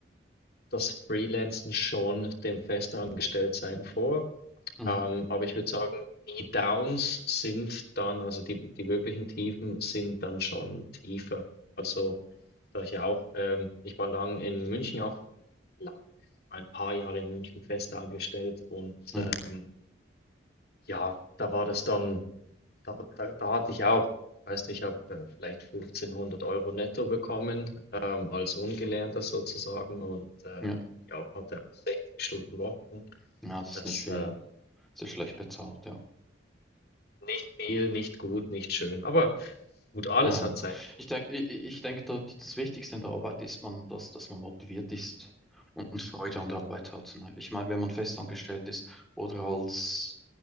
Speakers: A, on the left (about 55°); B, in the centre.
A: das Freelancen schon dem Festangestelltsein vor.
B: Hm.
A: Ähm, aber ich würde sagen, die Downs sind dann, also die, die wirklichen Tiefen sind dann schon tiefer. Also, da ich ja auch, ähm, ich war lang in München auch, lang, ein paar Jahre in München fest angestellt und
B: Hm.
A: ähm, ja, da war das dann, da, da, da hatte ich auch, weißt du, ich habe äh, vielleicht 1500 Euro netto bekommen, ähm, als Ungelernter sozusagen und äh,
B: Ja.
A: ja, hatte auch 60 Stunden Wochen.
B: ja, das
A: Das
B: ist nicht viel.
A: äh,
B: Das ist schlecht bezahlt, ja.
A: Nicht viel, nicht gut, nicht schön. Aber gut, alles
B: Ah, ja.
A: hat sein.
B: Ich denke, ich, ich denke, da- das Wichtigste in der Arbeit ist man, dass, dass man motiviert ist und, und Freude an der Arbeit hat. Ne? Ich meine, wenn man festangestellt ist oder als